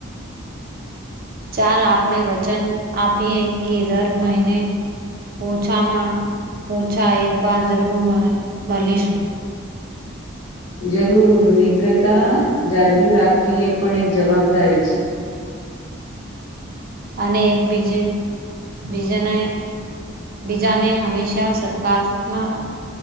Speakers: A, on the right; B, on the left.
A: ચાલ આપણે વચન આપીએ કે દર મહિને ઓછામાં ઓછા એકવાર જરૂર મળીશું.
B: જરૂર મિત્રતા જાળવી રાખવી એ પણ એક જવાબદારી છે.
A: અને એક બીજ બીજાને બીજાને હંમેશા સરકારમાં